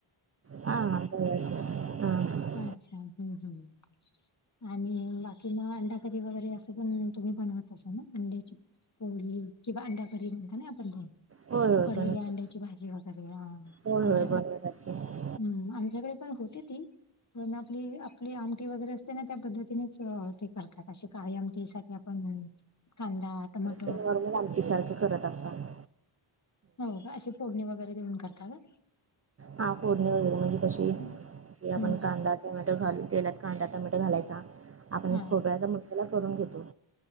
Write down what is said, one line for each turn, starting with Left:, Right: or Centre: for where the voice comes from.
Right: हां बरं बरं हां
Left: अच्छा हं आणि बाकी मंग अंडाकरी वगैरें असं पणं तुम्हीं बनवंत असालं नां अंड्याची पोळी किंवा अंड्या कररी म्हणतां नां आपणं जां
Right: होय होय
Left: उकडलेली
Right: बनवतात.
Left: अंड्यांची भाजी वगैरें
Right: होय
Left: आमच्यांकडे
Right: होय बनवतात ते.
Left: हम्मं आमच्यांकडे पणं होतीचं पणं आपली आपली आमटी वगैरें असते नां त्यां पद्धतीनेचते काळी आमटी सांठी आपणं कांदा टोमॅटो
Right: ते नॉर्मल आमटी सारखं करतं असतांत
Left: बघां अशी फोडणी वगैरें देऊंन करतां न
Right: हां फोडणी वगैरें म्हणजे कशी
Left: हं,
Right: जे आपणं
Left: हं,
Right: कांदा टमॅटो घालूंन तेलातं कांदा टमॅटो घालायचां आपणं
Left: हा
Right: खोबऱ्याचां मसांला करूंन घेतो